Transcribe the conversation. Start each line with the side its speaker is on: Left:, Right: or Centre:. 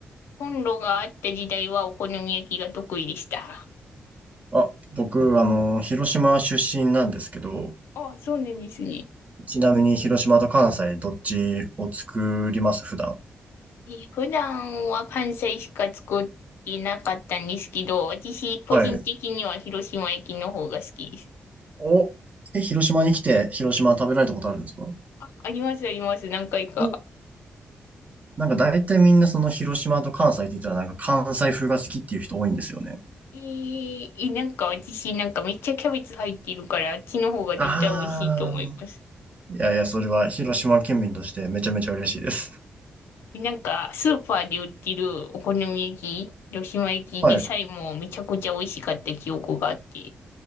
Left: コンロがあった時代はお好み焼きが得意でした。
Right: あ、僕、あの、広島出身なんですけど、
Left: あそうなんですね。
Right: ちなみに広島と関西どっちを作ります普段。
Left: えー普段は関西しか作ってなかったんですけど、私個人的には広島焼きの方が好きです。
Right: はい。お、え、広島に来て広島食べられたことあるんですか
Left: あ、ありますあります、何回か。
Right: お、なんか大体みんなその広島と関西って言ったらなんか関西風が好きっていう人多いんですよね。
Left: えー、えなんか私なんかめっちゃキャベツ入ってるから、あっちの方が絶対美味しいと思います。
Right: ああ、いやいや、それは広島県民としてめちゃめちゃ嬉しいです。
Left: えなんかスーパーで売ってるお好み焼き、広島焼きでさえもめちゃくちゃ美味しかった記憶があって。
Right: はい。